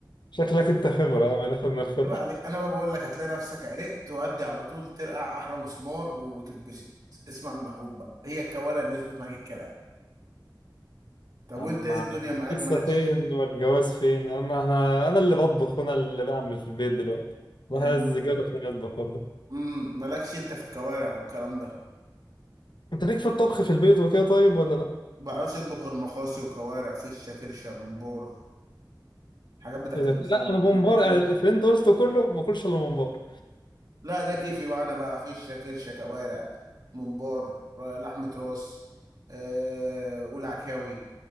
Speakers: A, on the left; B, on the right.
A: شكلك انت خبره يا عم ناخد من الخبره
B: يبقى عليك انا بقى بقول لك هتلاقي نفسك عرقت وادي على طول ترقع احلى مسمار وتتبسط اسمع من اخوك بقى هي الكوارع اللي يظبط معاك الكلام طب
A: يا
B: وانت
A: عم
B: ايه الدنيا
A: على-
B: معاك
A: لسه
B: مالكش
A: فين والجواز فين يا عم احنا انا اللي بطبخ وانا اللي بعمل في البيت دلوقتي والله
B: يعني
A: لازم
B: م-
A: الزجاجة عشان يطبخ والله
B: امم مالكش انت في الكوارع والكلام ده
A: انت ليك في الطبخ في البيت وكده طيب ولا لا؟
B: ما بعرفش اطبخ غير مخاصي وكوارع فشه كرشه ممبار حاجات بتاعت
A: ايه ده
B: المصامت
A: لا انا
B: دي
A: ممبار
B: ده كيف
A: انا اللي انت قلته كله ما باكلش الا ممبار
B: لا ده كيفي بقى انا بقى فيشه كرشه كوارع ممبار ر- لحمه راس أه والعكاوي